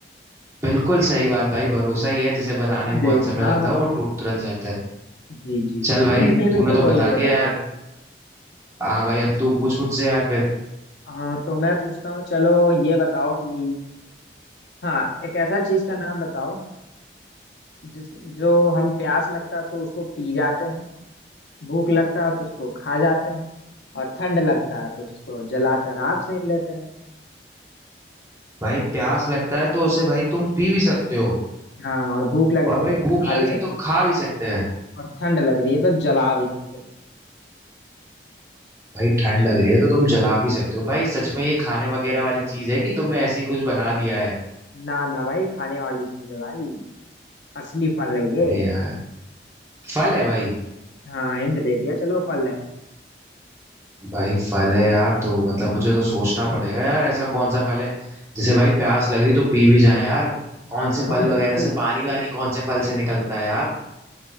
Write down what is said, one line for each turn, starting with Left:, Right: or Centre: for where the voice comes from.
Right: बिल्कुल सही बात भाई भरोसा ही है जिसे बनाने में
Left: देखा
Right: बहुत समय लगता है वो टूट तुरंत जाता है
Left: जी जी
Right: चल
Left: जी
Right: भाई
Left: हिंट दे
Right: तूने
Left: दो तो
Right: तो बता
Left: कोई भी
Right: दिया
Left: बता
Right: यार हाँ भाई अब तू पूछ मुझसे यार फिर
Left: हाँ तो मैं पूछता हूँ चलो ये बताओ कि हाँ एक ऐसा चीज का नाम बताओ जिस जो हम प्यास लगता है तो उसको पी जाते हैं भूख लगता है तो उसको खा जाते हैं और ठंड लगता है तो उसको जलाकर आग सेक लेते हैं
Right: भाई प्यास लगता है तो उसे भाई तुम पी भी सकते हो
Left: हाँ और भूख लगने
Right: और भाई
Left: पे
Right: भूख
Left: खा
Right: लग
Left: भी
Right: रही
Left: सकते
Right: तो
Left: हैं
Right: खा भी सकते हैं
Left: और ठंड लग रही है तो जला भी सकते हैं
Right: भाई ठंड लग रही है तो तुम जला भी सकते हो भाई सच में ये खाने वगैरह वाली चीज है कि तुमने ऐसे ही कुछ बना दिया है
Left: ना ना भाई खाने वाली चीज है भाई असली फल है ये
Right: अरे यार फल है भाई
Left: हाँ हिंट दे दिया चलो फल है
Right: भाई फल है यार तो मतलब मुझे तो सोचना पड़ेगा यार ऐसा कौन सा फल है जैसे भाई प्यास लग रही तो पी भी जाए यार
Left: हाँ
Right: कौन
Left: हाँ
Right: से फल
Left: बिल्कुल
Right: वगैरह से पानी वानी कौन से फल से निकलता है यार